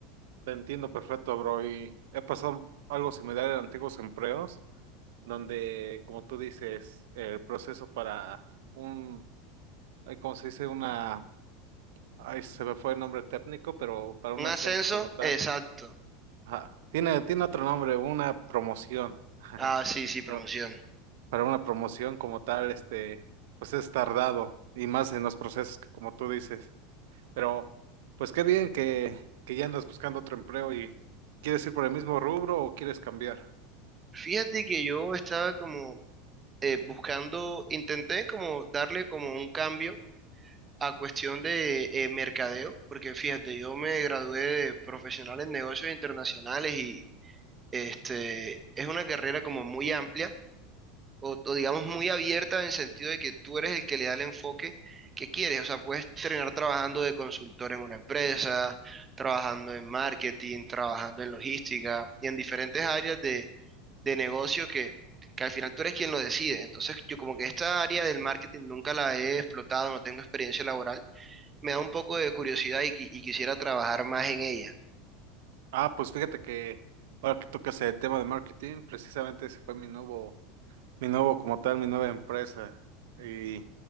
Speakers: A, on the right (about 75°); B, on the right (about 25°).
A: Te entiendo perfecto, bro, y he pasado algo similar en antiguos empleos, donde, como tú dices, el proceso para un, eh, ¿cómo se dice? Una, ahí se me fue el nombre técnico, pero para un
B: Un
A: ascenso
B: ascenso,
A: como tal
B: exacto.
A: Ajá. Tiene, tiene otro nombre, una promoción. <laughs> Ajá.
B: Ah, sí, sí, promoción.
A: Pero para una promoción como tal, este, pues es tardado y más en los procesos que como tú dices. Pero, pues qué bien que, que ya andas buscando otro empleo y ¿quieres ir por el mismo rubro o quieres cambiar?
B: Fíjate que yo estaba como eh, buscando, intenté como darle como un cambio a cuestión de eh, mercadeo, porque fíjate, yo me gradué de profesional en negocios internacionales y Este, es una carrera como muy amplia o, o digamos muy abierta en el sentido de que tú eres el que le da el enfoque que quieres. O sea, puedes terminar trabajando de consultor en una empresa, trabajando en marketing, trabajando en logística y en diferentes áreas de, de negocio que, que al final tú eres quien lo decide. Entonces, yo como que esta área del marketing nunca la he explotado, no tengo experiencia laboral, me da un poco de curiosidad y qui- y quisiera trabajar más en ella.
A: Ah, pues fíjate que ahora que tocas el tema de marketing, precisamente ese fue mi nuevo, mi nuevo como tal, mi nueva empresa. Y,